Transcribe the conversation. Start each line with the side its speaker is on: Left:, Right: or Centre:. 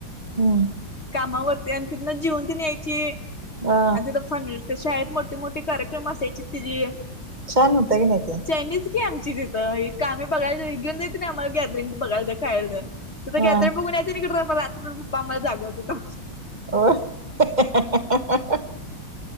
Right: हम्म
Left: कामावरती आणि तितन जेवून त न यायायची.
Right: हा
Left: आणि तथ फन <unintelligible> त्या शाळेत मोठी मोठी कार्यक्रम असायची तिजी
Right: छान होत की नाही. ते
Left: चैनीच की आमची तिथ आम्ही बघायला घेन देते ना <inaudible> आम्हाला गॅदरिंग बघायला खायलं तिथ
Right: हा
Left: गॅदरिंग बघून यायचं आणि तिकड रात्रीभर बापा ला जागवत होता.
Right: हो